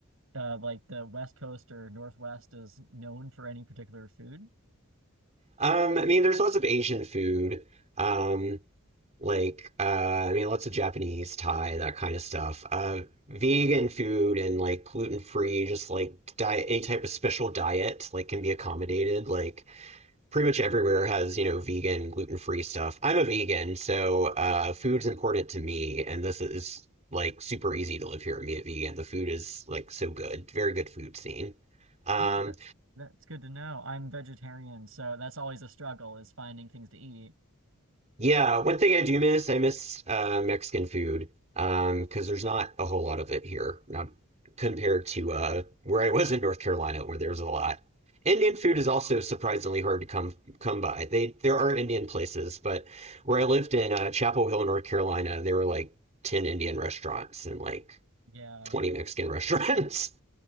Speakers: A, on the right; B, on the right.
A: uh, like the West Coast or Northwest is known for any particular food.
B: Um, I mean, there's lots of Asian food, um, like uh, I mean, lots of Japanese, Thai, that kind of stuff. Uh, vegan food and like gluten free, just like diet, any type of special diet like can be accommodated. Like pretty much everywhere has you know vegan, gluten free stuff. I'm a vegan, so uh, food's important to me, and this is like super easy to live here and be a vegan. The food is like so good, very good food scene. Um,
A: Oh, that that's good to know. I'm vegetarian, so that's always a struggle is finding things to eat.
B: Yeah, one thing I do miss, I miss uh, Mexican food Um, 'cause because there's not a whole lot of it here, not compared to uh, where I was in North Carolina, where there's a lot. Indian food is also surprisingly hard to come come by. They there are Indian places, but where I lived in uh, Chapel Hill, North Carolina, there were like 10 Indian restaurants and like
A: Yeah.
B: 20 Mexican restaurants,